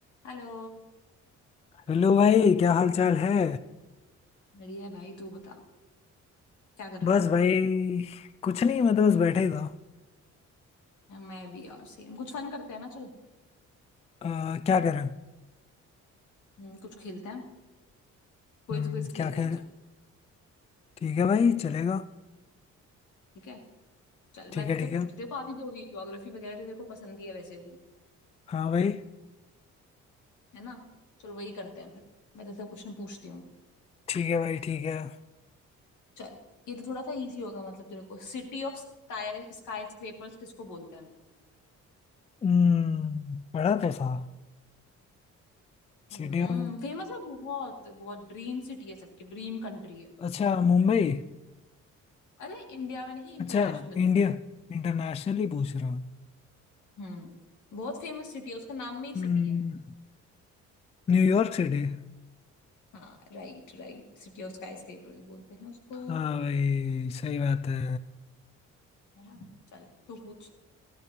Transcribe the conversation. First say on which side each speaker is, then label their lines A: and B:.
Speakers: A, on the left; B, on the left.
A: Hello
B: Hello भाई क्या हाल चाल है
A: बढ़िया है भाई तू बता क्या कर रहा
B: बस
A: है
B: भाई कुछ नहीं मैं तो बस बैठे ही था
A: मैं भी और सेम कुछ फन करते हैं ना चल
B: अ, क्या करें
A: हम्म, कुछ खेलते हैं क्विज
B: हम्म,
A: क्विज खेलते
B: क्या खैर
A: हैं चल
B: ठीक है भाई चलेगा
A: ठीक है चल
B: ठीक
A: मैं तुझसे
B: है ठीक
A: पूछती
B: है
A: हूँ देखो आती तो होगी ज्योग्राफी वगैरह तो देखो पसंद ही है वैसे भी
B: हाँ भाई
A: है ना चल वही करते हैं फिर मैं तुझसे क्वेश्चन पूछती हूँ
B: ठीक है भाई ठीक है
A: चल ये तो थोड़ा सा इजी होगा मतलब तेरे को city of sky skyscrapers किसको बोलते हैं
B: हम्म, पढ़ा तो था
A: हम्म
B: सिटी ऑफ
A: फेमस है बहुत बहुत ड्रीम सिटी है सबकी ड्रीम कंट्री है
B: अच्छा मुंबई
A: अरे इंडिया में नहीं इंटरनेशनल
B: अच्छा इंडिया इंटरनेशनल ही पूछ रहा हूँ
A: हम्म बहुत फेमस सिटी है उसका नाम में ही
B: हम्म,
A: सिटी है
B: न्यूयॉर्क सिटी
A: हाँ right right city of sky skyscrapers हैं उसको
B: हाँ भाई सही बात है
A: है ना चल तू पूछ